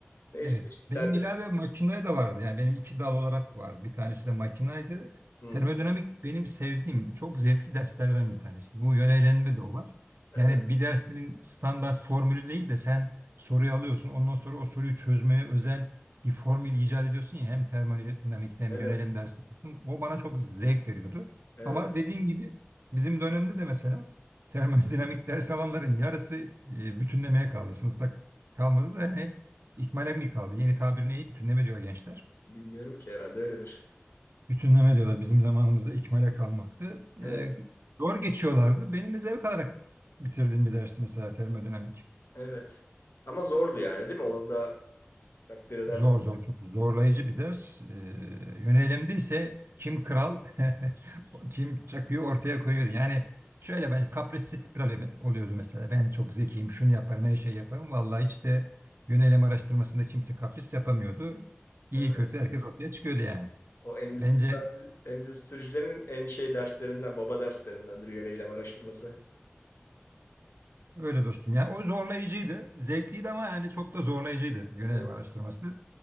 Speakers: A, on the left; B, on the right.
A: Ne
B: Evet.
A: işte işte
B: Benim
A: serbest-
B: ilave makinaya da vardı. Yani benim iki dal olarak vardı. Bir tanesi de makinaydı.
A: Hı,
B: Termodinamik benim sevdiğim, çok zevkli derslerden bir tanesi. Bu yönelenme de o var.
A: evet,
B: Yani bir dersinin standart formülü değil de sen soruyu alıyorsun. Ondan sonra o soruyu çözmeye özel bir formül icat ediyorsun ya. Hem termodinamikte hem
A: evet,
B: yönelim dersinde. O bana çok zevk veriyordu.
A: evet.
B: Ama dediğin gibi bizim dönemde de mesela termodinamik ders alanların yarısı e, bütünlemeye kaldı. Sınıfta kalmadı da. yani İkmale mi kaldı? Yeni tabir ne? Bütünleme diyor gençler.
A: Bilmiyorum ki herhalde öyledir.
B: Bütünleme diyorlar. Bizim zamanımızda ikmale kalmaktı.
A: Evet,
B: Ee, doğru geçiyorlardı. Benim de zevk alarak bitirdiğim bir ders mesela termodinamik.
A: evet. Ama zordu yani değil mi? Onu da takdir edersin.
B: Zor zor çok zorlayıcı bir ders. Ee, yönelimde ise kim kral <laughs> kim çakıyı ortaya koyuyordu. Yani şöyle ben kaprisli tipler oluyordu mesela. Ben çok zekiyim şunu yaparım her şeyi yaparım. Vallahi hiç de yönelim araştırmasında kimse kapris yapamıyordu. İyi
A: Evet.
B: kötü herkes ortaya çıkıyordu yani.
A: O endüstri,
B: Bence
A: endüstricilerin en şey derslerinden, baba derslerindendir yöneylem araştırması.
B: Öyle dostum. Yani o zorlayıcıydı. Zevkliydi ama yani çok da zorlayıcıydı yönelim
A: Evet.
B: araştırması.